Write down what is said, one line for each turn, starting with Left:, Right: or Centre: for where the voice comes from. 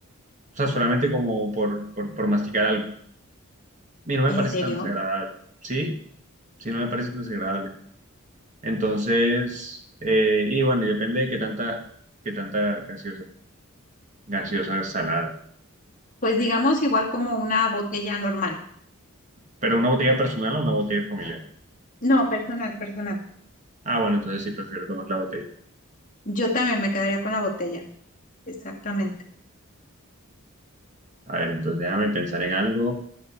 Right: sea, solamente como por, por, por masticar algo. Y no me
Left: ¿En
Right: parece
Left: serio?
Right: tan desagradable, ¿sí? Sí, no me parece tan desagradable. Entonces, eh, y bueno, y depende de qué tanta, qué tanta gaseosa, gaseosa salada.
Left: Pues digamos igual como una botella normal.
Right: Pero una botella personal o una botella familiar.
Left: No, personal, personal.
Right: Ah, bueno, entonces sí, prefiero tomar la botella.
Left: Yo también me quedaría con la botella. Exactamente.
Right: A ver, entonces déjame pensar en algo.